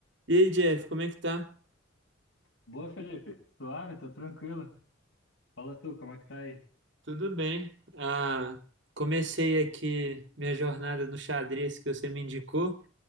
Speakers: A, on the right; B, on the left.
A: E aí, Jeff, como é que tá?
B: Boa, Felipe. Suave, tô tranquilo. Fala tu, como é que tá aí?
A: Tudo bem. Ah, comecei aqui minha jornada no xadrez que você me indicou,